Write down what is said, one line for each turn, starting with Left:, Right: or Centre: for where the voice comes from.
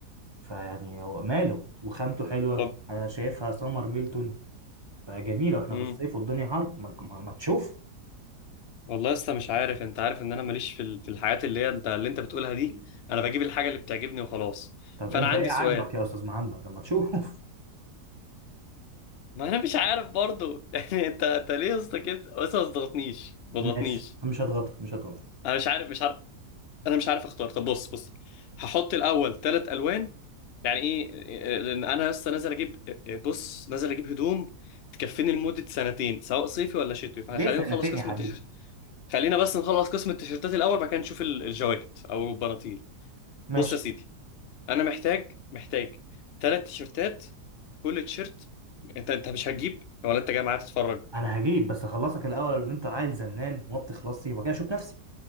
Right: فيعني هو ماله وخامته حلوه
Left: طب
Right: انا شايفها سمر ميلتون فجميله واحنا
Left: امم
Right: في الصيف والدنيا حر ما, ما, ما تشوف
Left: والله لسه مش عارف انت عارف ان انا ماليش في ال... في الحاجات اللي هي انت اللي انت بتقولها دي انا بجيب الحاجه اللي بتعجبني وخلاص
Right: طب
Left: فانا
Right: انت
Left: عندي
Right: ايه
Left: سؤال
Right: عاجبك يا استاذ محمد لما تشوف <laughs>
Left: ما انا مش عارف برضو <laughs> يعني انت انت ليه يا اسطى كده بس ما تضغطنيش ما
Right: ماشي
Left: تضغطنيش
Right: مش هتغطي مش هتغطي
Left: انا مش عارف مش عارف انا مش عارف اختار طب بص بص هحط الاول ثلاث الوان يعني ايه إيه، لان انا لسه نازل اجيب إيه، بص نازل اجيب هدوم تكفيني لمده سنتين سواء صيفي ولا شتوي فخلينا
Right: ليه سنتين
Left: نخلص قسم
Right: يا حبيبي
Left: التيشيرت خلينا بس نخلص قسم التيشيرتات الاول بعد كده نشوف ال- الجواكت او البناطيل
Right: ماشي
Left: بص يا سيدي انا محتاج محتاج ثلاث تيشيرتات كل تيشيرت انت انت مش هتجيب ولا انت جاي معايا تتفرج
Right: انا هجيب بس اخلصك الاول اللي انت عيل زنان وما بتخلصي وبعد كده اشوف نفسي